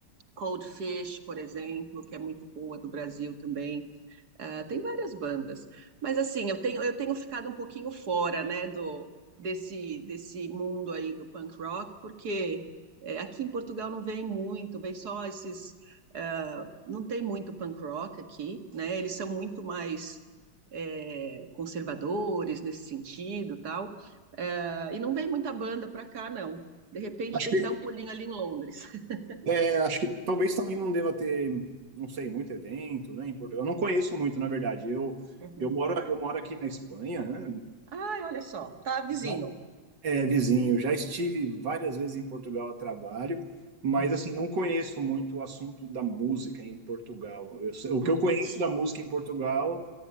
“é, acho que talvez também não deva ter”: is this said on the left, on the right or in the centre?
Right